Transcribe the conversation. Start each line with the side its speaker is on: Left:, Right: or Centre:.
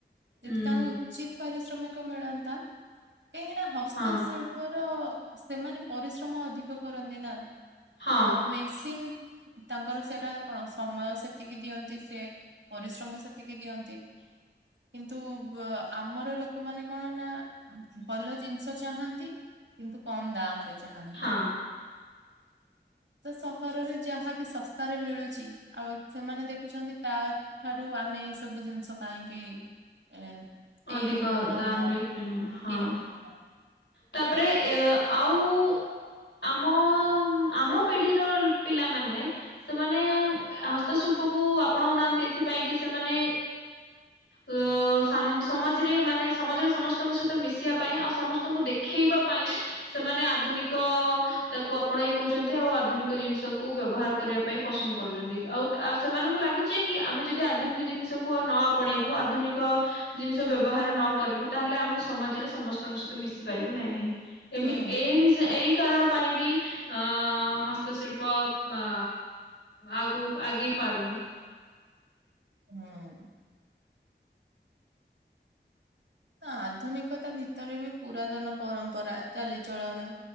Left: ହୁଁ
Right: ଯଦି ତାଙ୍କୁ ଉଚିତ ପାରିଶ୍ରମିକ ମିଳନ୍ତା କାହିଁକିନା ହସ୍ତଶିଳ୍ପ
Left: ହଁ
Right: ତ ସେମାନେ ପରିଶ୍ରମ ଅଧିକ କରନ୍ତି ନା
Left: ହଁ
Right: ଆଉ ମେସିନ୍ ତାଙ୍କର ସେଟା କଣ ସମୟ ସେତିକି ଦିଅନ୍ତି ସେ ପରିଶ୍ରମ ସେତିକି ଦିଅନ୍ତି। କିନ୍ତୁ ଆମର ଲୋକମାନେ କଣ ନା ଭଲ ଜିନିଷ ଚାହାନ୍ତି। କିନ୍ତୁ କମ ଦାମରେ ଯାହାନ୍-
Left: ହଁ
Right: ତ ସହରରେ ଯାହାବି ଶସ୍ତାରେ ମିଳୁଛି ଆଉ ସେମାନେ ଦେଖୁଛନ୍ତି ତା ଠାରୁ ଆମେ ଏଇ ସବୁ ଜିନିଷ କାହିଁକି ଏ
Left: ଅଧିକ
Right: ଏଇ ନ
Left: ଦାମ
Right: ନ
Left: ରେ କିଣିବ ହଁ
Right: କି ନିବୁ?
Left: ତାପରେ ଏ ଆଉ ଆମ ଆମ ପିଢିର ପିଲାମାନେ ସେମାନେ ହସ୍ତଶିଳ୍ପ। କୁ ଆପଣାଉ ନାହାନ୍ତି ଏଥିପାଇଁ କି ସେମାନେ ଅ ସମାଜରେ ମାନେ ସମାଜରେ ସମସ୍ତଙ୍କ ସହିତ ମିଶିବା ପାଇଁ ଆଉ ସମସ୍ତ ଙ୍କୁ ଦେଖେଇବା ପାଇଁ ସେମାନେ ଆଧୁନିକ ତାକୁ ଆପଣେଇ ନଉଛନ୍ତି ଆଉ ଆଧୁନିକ ଜିନିଷ କୁ ବ୍ୟବହାର କରିବା ପାଇଁ ପସନ୍ଦ କରୁଛନ୍ତି ଆଉ ସେମାନଙ୍କୁ ଲାଗୁଛି କି ଆମେ ଯଦି ଆଧୁିକ ଜିନିଷ ନ ଆପଣେଇବୁ ଆଧୁନିକ ଜିନିଷ ବ୍ୟବହାର ନ କରିବୁ ତାହେଲେ ଆମେ ସମାଜରେ ସମସ୍ତଙ୍କ ମିଶି ପାରିବ ନାହିଁ ଏମି
Right: ହୁଁ
Left: ଏରିଜ
Right: ହୁଁ
Left: ଏଇ କାରଣ ପାଇଁ ବି ଅ ହସ୍ତଶିଳ୍ପ ଅ ଆଗୁ ଆଗେଇ ପାରୁନି।
Right: ହୁଁ। ଆଧୁନିକତା ଭିତରେ ବି ପୁରାତନ ପରମ୍ପରା ଚାଲିଚଳଣ ଚିନ